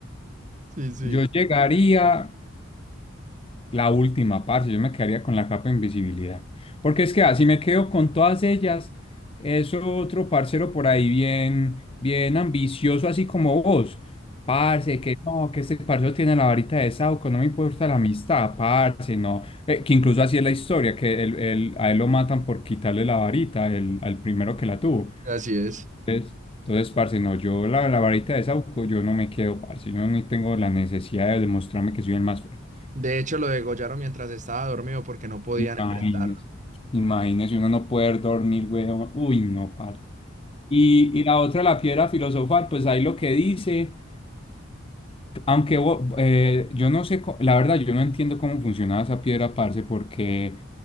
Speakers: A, on the right; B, on the left.
A: sí, sí.
B: Yo llegaría, La última, parce, yo me quedaría con la capa de invisibilidad. Porque es que así me quedo con todas ellas, eso otro parcero por ahí bien, bien ambicioso, así como vos. Parce, que no, que este parcero tiene la varita de Sauco, no me importa la amistad, parce, no. Eh, que incluso así es la historia, que él, él- a él lo matan por quitarle la varita el- al primero que la tuvo.
A: Así es.
B: Entonces, entonces, parce, no, yo la, la varita de Sauco, yo no me quedo, parce, yo no tengo la necesidad de demostrarme que soy el más fuerte.
A: De hecho, lo degollaron mientras estaba dormido porque no podían
B: Imagínese,
A: enfrentarlo.
B: imagínese uno no poder dormir, güey. Uy, no, parce. Y, y la otra, la piedra filosofal, pues ahí lo que dice, aunque bo- eh, yo no sé, co- la verdad, yo no entiendo cómo funcionaba esa piedra, parce, porque